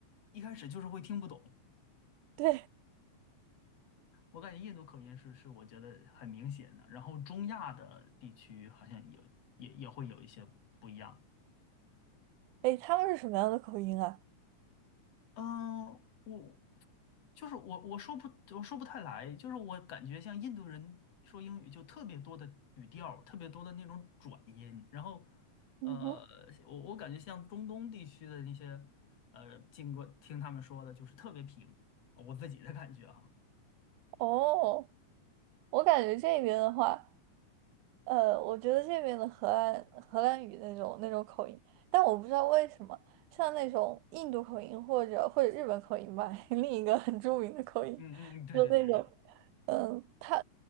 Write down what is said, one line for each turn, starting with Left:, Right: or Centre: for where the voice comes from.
Left: 一开始就是会听不懂。
Right: 对，
Left: 我感觉印度口音是是我觉得很明显的，然后中亚的地区好像有也也会有一些不一样。
Right: 哎，他们是什么样的口音啊？
Left: 嗯，我就是我，我说不，我说不太来，就是我感觉像印度人说英语就特别多的语调，特别多的那种转音，然后，呃，
Right: 嗯哼，
Left: 我我感觉像中东地区的那些，呃，经过听他们说的，就是特别平，我自己的感觉啊，
Right: 哦，我感觉这边的话，呃，我觉得这边的荷兰荷兰语那种那种口音，但我不知道为什么，像那种印度口音或者或者日本口音吧，<laughs> 另一个很著名的口音，
Left: 嗯嗯嗯，对对对，
Right: 就那种，嗯，他，